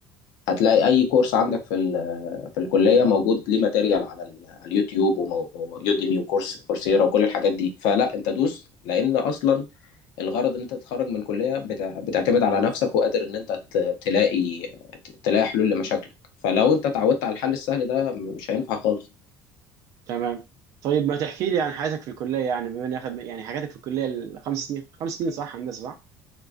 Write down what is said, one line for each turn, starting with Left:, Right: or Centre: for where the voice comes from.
Left: هتلاقي أي كورس عندك في ال- في الكلية موجود ليه ماتيريال على ال- على اليوتيوب ويوديمي وكورس كورسيرا وكل الحاجات دي فلا أنت دوس لأن أصلا الغرض ان انت تتخرج من كلية بتع- بتعتمد على نفسك وقادر ان انت ت- تلاقي تلاقي حلول لمشاكلك فلو انت اتعودت على الحل السهل ده مش هينفع خالص
Right: تمام طيب ما تحكي لي عن حياتك في الكلية يعني بما إني أخد يعني حاجاتك في الكلية الخمس سنين خمس سنين صح هندسة صح؟